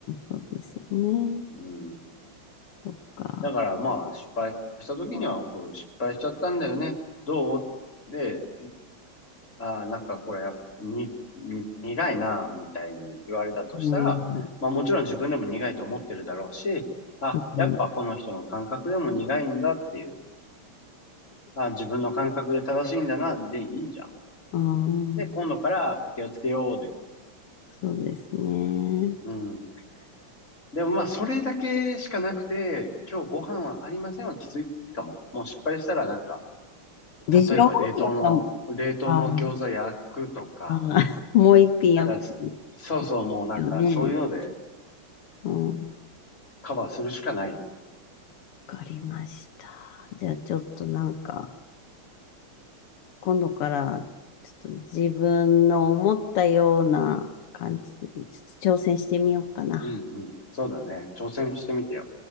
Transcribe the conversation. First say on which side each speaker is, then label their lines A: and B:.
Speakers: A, on the left (about 90°); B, on the left (about 35°).
A: そうですよね。
B: うん。
A: そっか。
B: だからまあ、失敗した時には、こう失敗しちゃったんだよね。どうで、ああ、なんかこれやっぱ、に、に苦いな、みたいに言われたとしたら、
A: うん、う
B: まあもちろん自分でも苦いと思ってるだろうし、あ、
A: ん、
B: やっぱこの人の感覚でも苦いんだっていう、あ、自分の感覚で正しいんだな、でいいじゃん。
A: うん、
B: で、今度から気をつけようで。
A: そうですね。
B: うん。でもまあそれだけしかなくて、今日ご飯はありませんはきついかも。もう失敗したらなんか、
A: でしょやっぱ、
B: 例えば冷凍の、冷凍の餃子焼くとか、
A: ああ、ああ、<laughs> もう一品やっぱり
B: なんか、そうそう、もうなんか、
A: よね。
B: そういうので
A: うん、わ
B: カバーするしかないよ。
A: かりました。じゃあ、ちょっとなんか、今度から、ちょっと自分の思ったような感じで、ちょっと挑戦してみようかな。
B: うんうん。そうだね。挑戦してみてよ。